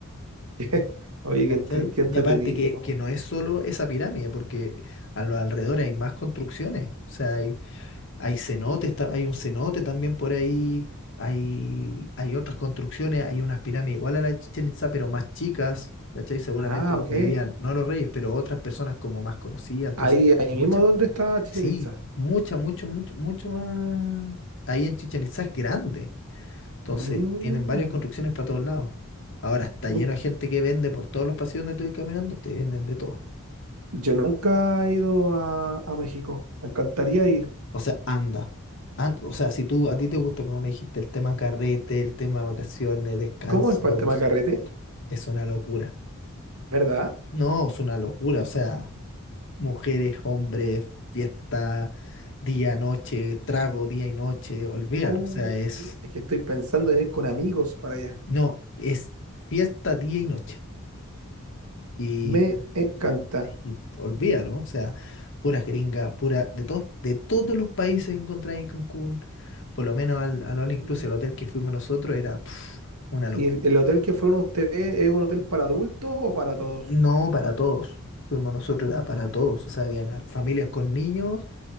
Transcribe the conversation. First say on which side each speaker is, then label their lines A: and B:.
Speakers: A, on the right; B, on the left.
A: <laughs> Oye,
B: ¿Cachai?
A: qué, entre- qué entretenido.
B: Y aparte que, que no es solo esa pirámide, porque a los alrededores hay más construcciones. O sea, hay, hay cenotes, ta- hay un cenote también por ahí, hay, hay otras construcciones, hay unas pirámides igual a la de Chichén Itzá, pero más chicas, ¿cachai? Seguramente
A: Ah,
B: donde
A: ok.
B: vivían, no los reyes, pero otras personas como más conocidas. Entonces,
A: Ahí,
B: hay
A: ahí
B: muchas,
A: mismo ¿Dónde está Chichen
B: sí,
A: Itza.
B: mucha, mucho, mucho, mucho más. Ahí en Chichén Itzá es grande. Entonces,
A: Mm.
B: tienen varias construcciones para todos lados. Ahora está
A: Nu-
B: lleno de gente que vende por todos los pasillos donde tú vas caminando, te venden de todo.
A: Yo nunca he ido a, a México. Me encantaría ir.
B: O sea, anda. an- o sea, si tú a ti te gusta, como me dijiste, el tema carrete, el tema vacaciones, descansos,
A: ¿Cómo es para el tema de carrete?
B: es una locura.
A: ¿Verdad?
B: No, es una locura. O sea, mujeres, hombres, fiesta, día, noche, trago, día y noche, olvídalo.
A: Oh,
B: O sea, es,
A: es que estoy pensando en ir con amigos para allá.
B: no, es fiesta, día y noche. Y
A: Me encanta.
B: y olvídalo, o sea, puras gringas, pura, de todos, de todos los países encontradas en Cancún, por lo menos al, al All Inclusive,
A: Mm.
B: el hotel que fuimos nosotros, era pf, una locura.
A: ¿Y el, el hotel que fueron ustedes es un hotel para adultos o para todos?
B: No para todos, fuimos nosotros, era para todos, o sea, habían a- familias con niños,